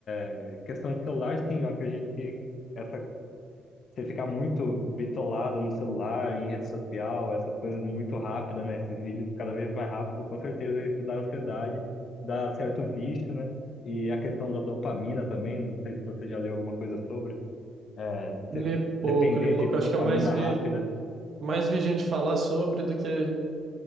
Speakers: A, on the left; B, on the right.
A: É, Questão de celular, sim, eu acredito que essa você ficar muito bitolado no celular, em rede social, essas coisas muito rápidas, né? Esses vídeos cada vez mais rápido, com certeza isso dá ansiedade, dá certo vício, né? E a questão da dopamina também, não sei se você já leu alguma coisa sobre, é,
B: Li
A: você
B: pouco,
A: depender
B: li pouco.
A: de dopamina
B: Eu acho que eu mais vi,
A: rápida.
B: mais vi gente falar sobre do que,